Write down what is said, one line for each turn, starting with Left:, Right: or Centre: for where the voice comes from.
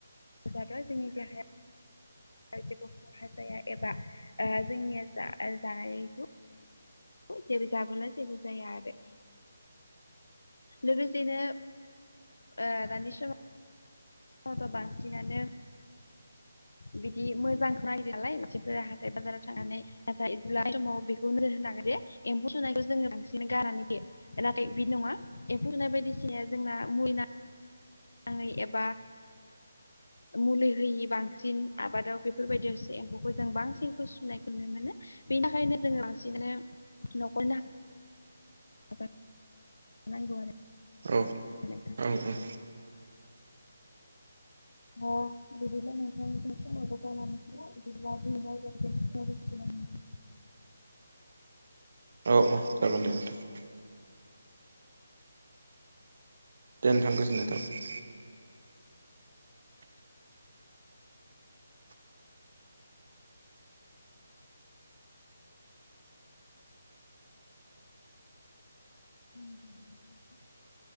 Left: जाब्ला जोंनि देहाया जेबो खहा जाया एबा ओ जोंनिया जा जानायखौ जेबो जाबोला जेबो जाया आरो लोगोसेनो ओ दानि समाव नङाबा बांसिनानो बिदि मोजांखौ नागिर नालाय बिसोरफोरा हाथाय बाजाराव थांनानै नथाय बिदिब्ला समाव बेखौ नोजोर होनोनांगोन जे एम्फौ सुनायखौ जोङो बांसिन गारनानै फैयो। नाथाय बिदि नङा एम्फौ सुनाय बायदिसिना जोंना मुलि नाङै एबा मुलि होयि बांसिन आबादाव बेफोरबायदियावसो एम्फौखौ जों बांसिनखौ सुनायखौ नुनो मोनो। बेनिखायनो जों लासिननानो <unintelligible> नांगौआरो
Right: औ
Left: <unintelligible>
Right: औ औ
Left: <unintelligible>
Right: औ औ जागोन दे नोंथां। दे नोंथां गोजोननाय थाबाय।
Left: <inaudible>